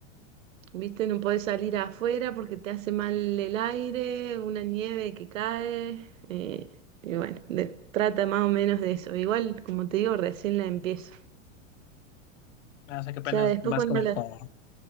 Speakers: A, on the right; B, on the left.
A: ¿Viste? No podés salir afuera porque te hace mal el aire, una nieve que cae. eh, y bueno, de- trata más o menos de eso. Igual, como te digo, recién la empiezo.
B: Ah, o sea que apenas
A: Ya después
B: más
A: cuando
B: como
A: la...
B: por...